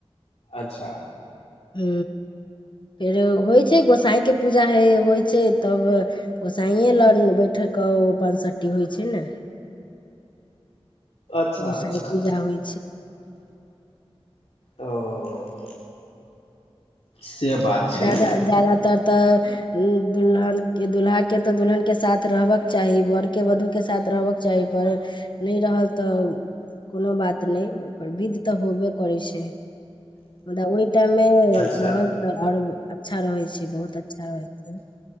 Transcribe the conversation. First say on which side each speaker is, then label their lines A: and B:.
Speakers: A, on the left (about 85°); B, on the left (about 50°).
A: अच्छा
B: ह फेर होइ छै गोसाईके पूजा ह होइ छै तब गोसाइए लऽ बैठ कऽ ओ पाँसठ्ठी होइ छै ने
A: अच्छा
B: गोसाइ
A: अच्छा
B: पूजा होइ
A: ओ से बात छै
B: ज्यादातर
A: ने
B: तऽ दुलहन दुल्हा के तऽ दुल्हन के साथ रहबक चाही बड़ के वधू के साथ रहबक चाहि पर नहि रहल त कोनो बात नहि पर विध तऽ होबे करै छै मुदा ओहिटाइम रहल
A: अच्छा
B: तऽ आओर अच्छा रहै छै बहुत अच्छा रहैत छै